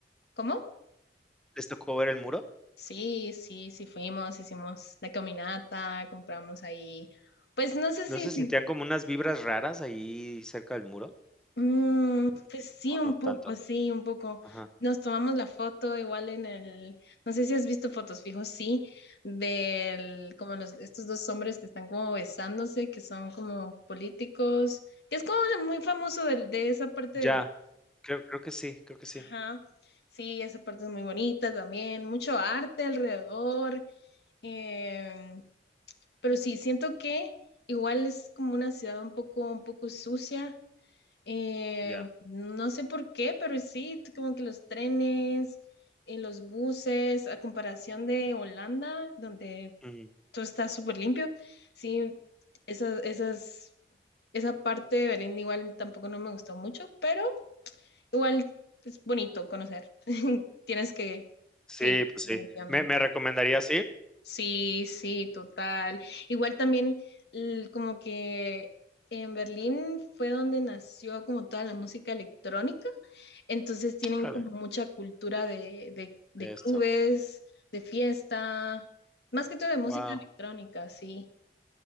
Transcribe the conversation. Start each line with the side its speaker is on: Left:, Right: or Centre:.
Left: ¿cómo?
Centre: ¿Les tocó ver el muro?
Left: Sí, sí, sí fuimos, hicimos la caminata, compramos ahí. Pues no sé
Centre: ¿No
Left: si,
Centre: se
Left: si
Centre: sentían como unas vibras raras ahí cerca del muro?
Left: Mm, pues sí,
Centre: ¿O
Left: un
Centre: no tanto?
Left: poco, sí, un poco.
Centre: Ajá.
Left: Nos tomamos la foto igual en el, no sé si has visto fotos fijos, sí, del, como los, estos dos hombres que están como besándose, que son como políticos, que es como lo muy famoso del- de esa parte del,
Centre: Ya, creo creo que sí, creo que sí.
Left: ajá, sí, esa parte es muy bonita también, mucho arte alrededor, eh, pero sí, siento que igual es como una ciudad un poco, un poco sucia eh,
Centre: Ya.
Left: no sé por qué, pero sí, t- como que los trenes, eh, los buses, a comparación de Holanda, donde
Centre: Ujú.
Left: todo está súper limpio, sí, esa, esas, esa parte de Berlín igual tampoco no me gustó mucho, pero igual es bonito conocer. <laughs> Tienes que,
Centre: Sí,
Left: que ir,
Centre: pues
Left: definitivamente.
Centre: sí. ¿Me me recomendarías ir?
Left: Sí, sí, total. Igual también l- como que en Berlín fue donde nació como toda la música electrónica, entonces tienen
Centre: Órale,
Left: como mucha cultura de, de, de
Centre: de
Left: clubes,
Centre: Esto.
Left: de fiesta, más que todo de música
Centre: Wow.
Left: electrónica, sí.